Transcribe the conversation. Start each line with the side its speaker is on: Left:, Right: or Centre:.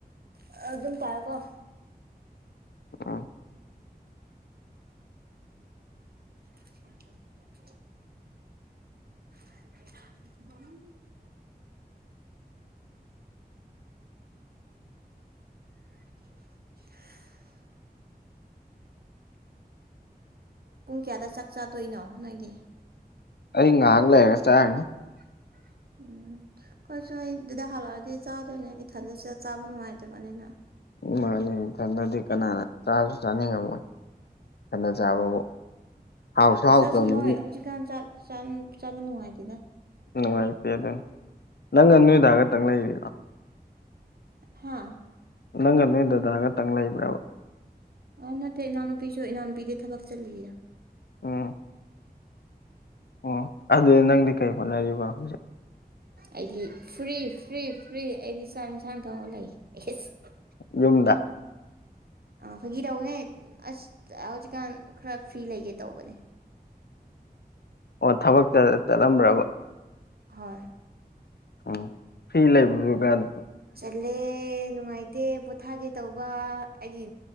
Right: ꯑꯗꯨ ꯑꯗꯨꯝ ꯀꯥꯏ ꯀꯣ
Left: ꯑꯥ
Right: <inaudible> <unintelligible> <inaudible> ꯄꯨꯡ ꯀꯌꯥꯗ ꯆꯥꯛ ꯆꯥꯗꯣꯏꯅꯣ ꯅꯣꯏꯗꯤ꯫
Left: ꯑꯩ ꯉꯥꯏꯍꯥꯛ ꯂꯩꯔꯒꯥ ꯆꯔꯥꯅꯤ
Right: <inaudible> ꯎꯝ ꯀꯣꯏꯁꯨ ꯑꯩ ꯑꯗꯨꯗ ꯍꯜꯂꯛꯑꯗꯤ ꯆꯥꯗꯣꯏꯅꯦ ꯏꯊꯟꯗꯠꯁꯤꯗ ꯆꯥꯕ ꯅꯨꯡꯉꯥꯏꯇꯕꯅꯤꯅ
Left: ꯃꯥ ꯏꯊꯟꯗꯗꯤ ꯀꯅꯥꯅ ꯆꯥꯕꯁꯨ ꯆꯥꯅꯤꯡꯉꯝꯃꯣꯏ ꯊꯟꯅ ꯆꯥꯕꯕꯨ ꯍꯥꯎꯁꯨ ꯍꯥꯎꯇꯕꯅꯤ
Right: ꯆꯥꯛ ꯍꯣꯏ ꯍꯧꯖꯤꯛꯀꯥꯟꯥꯛ ꯆꯥꯕ ꯅꯨꯡꯉꯥꯏꯇꯦꯗ
Left: ꯅꯨꯡꯉꯥꯏꯇꯦ ꯑꯗꯨ ꯅꯪꯒ ꯅꯨꯃꯤꯗꯥ ꯈꯛꯇꯪ ꯂꯩꯔꯤꯕ
Right: ꯍꯥꯥ
Left: ꯅꯪꯒ ꯅꯣꯏ ꯗꯗꯥ ꯈꯇꯪ ꯂꯩꯕ꯭ꯔꯕ
Right: ꯑ ꯅꯠꯇꯦ ꯏꯅꯥꯎꯅꯨꯄꯤꯁꯨ ꯏꯅꯥꯎꯅꯨꯄꯤꯒꯤꯩ ꯊꯕꯛ ꯆꯠꯂꯤꯔ
Left: ꯎꯝ ꯑꯣ ꯑꯗꯨꯗꯤ ꯅꯪꯗꯤ ꯀꯩ ꯍꯣꯠꯅꯔꯤꯕꯣ ꯍꯧꯖꯤꯛ
Right: ꯑꯩꯗꯤ ꯐ꯭ꯔꯤ ꯐ꯭ꯔꯤ ꯐ꯭ꯔꯤ ꯑꯩꯗꯤ ꯆꯥꯛ ꯏꯟꯁꯥꯡ ꯊꯣꯡꯉ ꯂꯩꯌꯦ ꯏꯁ
Left: ꯌꯨꯝꯗ
Right: ꯑꯥ ꯐꯥꯒꯤ ꯇꯧꯅꯦ ꯑꯁ ꯍꯧꯖꯤꯛꯀꯥꯟ ꯈꯔ ꯐ꯭ꯔꯤ ꯂꯩꯒꯦ ꯇꯧꯕꯅꯦ
Left: ꯑꯣ ꯊꯕꯛꯇ ꯆꯠꯂꯝꯕ꯭ꯔꯕ
Right: ꯍꯣꯏ꯫
Left: ꯎꯝ ꯐꯤ ꯂꯩꯕ꯭ꯔꫭ ꯖꯤꯛ ꯀꯥꯟ꯫
Right: ꯆꯜꯂ‌ꯦꯅꯨꯡꯉꯥꯏ꯫ ꯇꯦ ꯄꯣꯊꯥꯒꯦ ꯇꯧꯕ ꯑꯩꯒꯤ